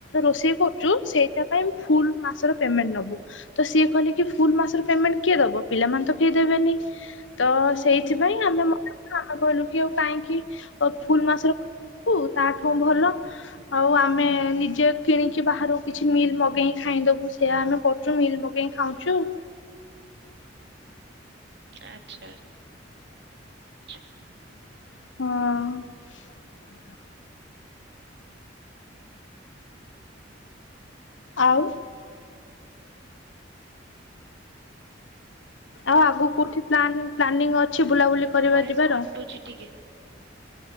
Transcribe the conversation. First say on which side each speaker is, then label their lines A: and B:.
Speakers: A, on the left; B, on the right.
A: ରୋଷେଇ କରୁଛୁ ସେଇଟା ପାଇଁ ଫୁଲ ମାସର ପେମେଣ୍ଟ ନବୁ ତ ସିଏ କହିଲେ କି ଫୁଲ ମାସର ପେମେଣ୍ଟ କିଏ ଦବ? ପିଲାମାନେ ତ କେହି ଦେବେନି ତ ସେଇଥିପାଇଁ ଆମେ ମନାକଲୁ ଆମେ କହିଲୁ କି ଆଉ କାହିଁକି ଫୁଲ ମାସର ଦବୁ ତାଠୁ ଭଲ ଆଉ ଆମେ ନିଜେ କିଣିକି ବାହାରୁ କିଛି ମିଲ୍ ମଗେଇକି ଖାଇଦବୁ ସ ସେୟା ଆମେ କରୁଛୁ ମିଲ୍ ମଗେଇ ଖାଉଛୁ
B: ଆଚ୍ଛା। ଚ୍ଛା
A: ହଁ। ଆଉ ଆଉ ଆଗକୁ କୋଉଠି ପ୍ଲାନ ପ୍ଲାନିଂ ଅଛି ବୁଲାବୁଲି
B: ତୋ
A: କରିବା
B: ଭଏସ
A: ଯିବାର?
B: କଟୁଛି ଟିକେ